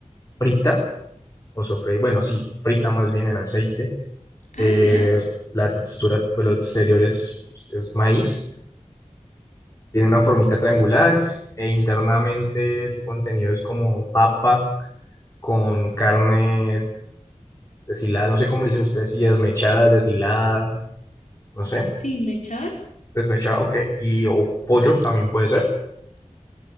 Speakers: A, on the left; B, on the left.
A: frita, o sofrey, bueno, sí, frita más bien en aceite. Eh,
B: Ah, ya,
A: la textura, pues lo exterior es, es maíz, tiene una formita triangular e internamente su contenido es como papa con carne deshilada, no sé cómo le dicen ustedes, si desmechada, deshilada, no sé,
B: sí, me echaba
A: desmechada, ok, y o pollo también puede ser.